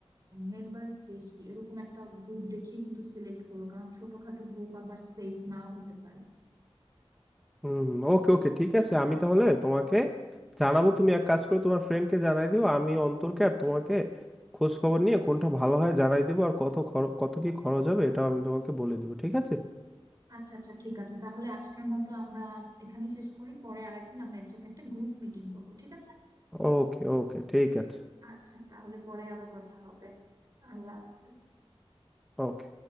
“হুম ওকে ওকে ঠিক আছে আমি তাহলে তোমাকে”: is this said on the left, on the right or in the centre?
Centre